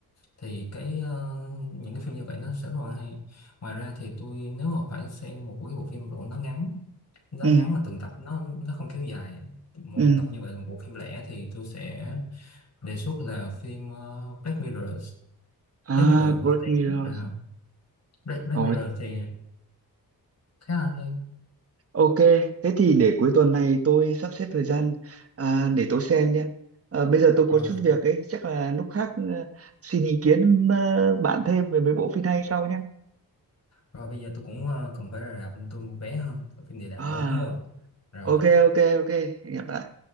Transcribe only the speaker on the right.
ừ
ừ
à
Black
Mirror
Ồ,
Ok, thế thì để cuối tuần này tôi sắp xếp thời gian à, để tôi xem nhé. À, bây giờ tôi có
chút việc ấy, chắc là lúc khác à, xin ý kiến à, bạn thêm về mấy bộ phim hay sau nhé.
À,
ok, ok, ok, hẹn gặp lại.